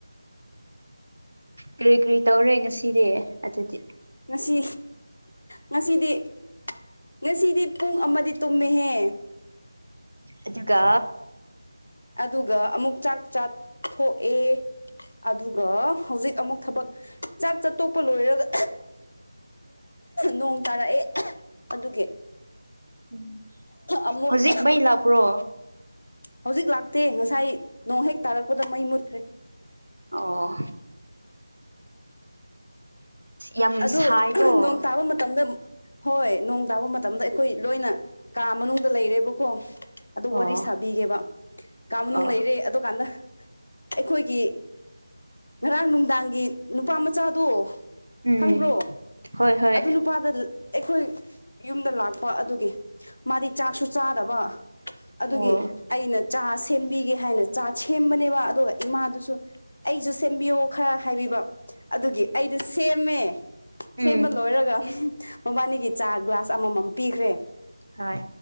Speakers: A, on the right; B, on the left.
A: ꯀꯔꯤ ꯀꯔꯤ ꯇꯧꯔꯦ ꯉꯁꯤꯗꯤ ꯑꯗꯨꯗꯤ
B: ꯉꯁꯤ ꯉꯁꯤꯗꯤ ꯉꯁꯤꯗꯤ ꯄꯨꯡ ꯑꯃꯗꯤ ꯇꯨꯝꯃꯦꯍꯦ
A: ꯑꯗꯨꯒ
B: ꯑꯗꯨꯒ ꯑꯃꯨꯛ ꯆꯥꯛ ꯆꯥꯊꯣꯛꯑꯦ ꯑꯗꯨꯒ ꯍꯧꯖꯤꯛ ꯑꯃꯨꯛ ꯊꯕꯛ ꯆꯥꯛ ꯆꯥ ꯇꯣꯛꯄ ꯂꯣꯏꯔꯒ ꯅꯣꯡ ꯇꯥꯔꯛꯑꯦ ꯑꯗꯨꯒꯤ
A: ꯎꯝ
B: ꯑꯃꯨꯛ
A: ꯍꯧꯖꯤꯛ ꯃꯩ ꯂꯥꯛꯄ꯭ꯔꯣ
B: ꯍꯧꯖꯤꯛ ꯂꯥꯛꯇꯦ ꯉꯁꯥꯏ ꯅꯣꯡ ꯍꯦꯛ ꯇꯥꯔꯛꯄꯗ ꯃꯩ ꯃꯨꯠꯈ꯭ꯔꯦ
A: ꯑꯣ ꯌꯥꯝ
B: ꯑꯗꯨ
A: ꯁꯥꯏꯀꯣ
B: ꯅꯣꯡ ꯇꯥꯕ ꯃꯇꯝꯗ ꯍꯣꯏ ꯅꯣꯡ ꯇꯥꯕ ꯃꯇꯝꯗ ꯑꯩꯈꯣꯏ ꯂꯣꯏꯅ ꯀꯥ ꯃꯅꯨꯡꯗ ꯂꯩꯔꯦꯕꯀꯣ ꯑꯗꯨ
A: ꯑꯣ
B: ꯋꯥꯔꯤ ꯁꯥꯕꯤꯒꯦꯕ ꯀꯥ ꯃꯅꯨꯡ
A: ꯑꯣ
B: ꯂꯩꯔꯦ ꯑꯗꯨꯀꯥꯟꯗ ꯑꯩꯈꯣꯏꯒꯤ ꯉꯔꯥꯡ ꯅꯨꯡꯗꯥꯡꯒꯤ ꯅꯨꯄꯥ ꯃꯆꯥꯗꯣ
A: ꯎꯝ
B: ꯈꯪꯕ꯭ꯔꯣ
A: ꯍꯣꯏ ꯍꯣꯏ
B: ꯑꯗꯨ ꯅꯨꯄꯥꯗ ꯑꯩꯈꯣꯏ ꯌꯨꯝꯗ ꯂꯥꯛꯄ ꯑꯗꯨꯒꯤ ꯃꯥꯗꯤ ꯆꯥꯛꯁꯨ ꯆꯥꯗꯕ ꯑꯗꯨꯒꯤ
A: ꯑꯣ
B: ꯑꯩꯅ ꯆꯥ ꯁꯦꯝꯕꯤꯒꯦ ꯍꯥꯏꯅ ꯆꯥ ꯁꯦꯝꯕꯅꯦꯕ ꯑꯗꯨꯒ ꯏꯃꯥꯗꯨꯁꯨ ꯑꯩꯁꯨ ꯁꯦꯝꯕꯤꯌꯣ ꯈꯔ ꯍꯥꯏꯕꯤꯕ ꯑꯗꯨꯒꯤ ꯑꯩꯗꯣ ꯁꯦꯝꯃꯦ ꯁꯦꯝꯕ
A: ꯎꯝ
B: ꯂꯣꯏꯔꯒ ꯃꯕꯥꯅꯤꯒꯤ ꯆꯥ ꯒ꯭ꯂꯥꯁ ꯑꯃꯃꯝ ꯄꯤꯈ꯭ꯔꯦ
A: ꯍꯣꯏ